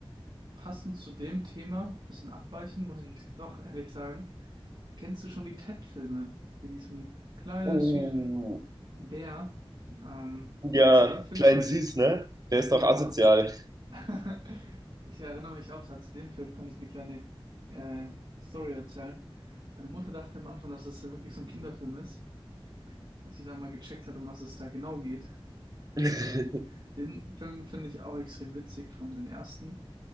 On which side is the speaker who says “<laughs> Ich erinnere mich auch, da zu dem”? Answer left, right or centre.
Right